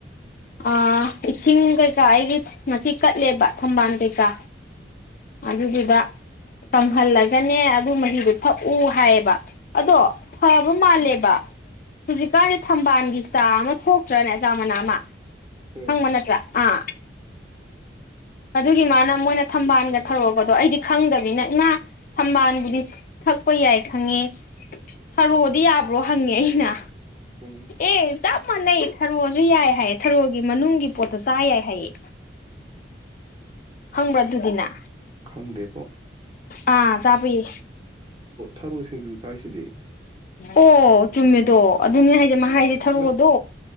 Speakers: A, on the left (about 50°); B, on the right (about 25°).
A: ꯑꯥ ꯏꯁꯤꯡ ꯀꯩꯀꯥ ꯑꯩꯒꯤ ꯉꯁꯤ ꯀꯠꯂꯦꯕ ꯊꯝꯕꯥꯜ ꯀꯩꯀꯥ
B: <inaudible>
A: ꯑꯗꯨꯒꯤꯗ ꯀꯪꯍꯜꯂꯒꯅꯦ ꯑꯗꯨ ꯃꯍꯤꯗꯨ ꯊꯛꯎ ꯍꯥꯏꯌꯦꯕ ꯑꯗꯣ ꯐꯕ ꯃꯥꯜꯂꯦꯕ ꯍꯧꯖꯤꯛꯀꯥꯟꯒꯤ ꯊꯝꯕꯥꯜꯒꯤ ꯆꯥ ꯑꯃ ꯊꯣꯛꯇ꯭ꯔꯅꯦ ꯑꯆꯥ ꯃꯅꯥ ꯑꯃ
B: ꯍꯣꯏ
A: ꯈꯪꯕ ꯅꯠꯇ꯭ꯔꯥ ꯑꯥ ꯑꯗꯨꯒꯤ ꯃꯥꯅ ꯃꯣꯏꯅ ꯊꯝꯕꯥꯜꯒ ꯊꯔꯣꯒꯗꯣ ꯑꯩꯗꯤ ꯈꯪꯗꯕꯅꯤꯅ ꯏꯃꯥ ꯁꯝꯕꯥꯜꯕꯨꯗꯤ ꯊꯛꯄ ꯌꯥꯏ ꯈꯪꯉꯦ ꯊꯔꯣꯑꯣꯗꯤ ꯌꯥꯕ꯭ꯔꯣ ꯍꯪꯉꯦ ꯑꯩꯅ
B: ꯎꯝ
A: ꯑꯦ ꯆꯞ ꯃꯥꯟꯅꯩ ꯊꯔꯣꯁꯨ ꯌꯥꯏ ꯍꯥꯏꯌꯦ ꯊꯔꯣ ꯒꯤ ꯃꯅꯨꯡꯒꯤ ꯄꯣꯠꯇꯣ ꯆꯥ ꯌꯥꯏ ꯍꯥꯏꯌꯦ ꯈꯪꯕ꯭ꯔꯥ ꯑꯗꯨꯗꯤꯅ
B: ꯉꯪꯗꯦꯄꯣ
A: ꯑꯥ ꯆꯥꯕꯒꯤ
B: ꯊꯔꯣ ꯁꯤꯡꯖꯨ ꯆꯥꯏꯁꯤꯗꯤ
A: ꯑꯣ ꯆꯨꯝꯃꯦ ꯇꯣ ꯑꯗꯨꯅꯦ ꯍꯥꯏꯖꯦ ꯂꯥꯏꯒꯤ ꯊꯥꯔꯣꯗꯣ
B: ꯅꯪ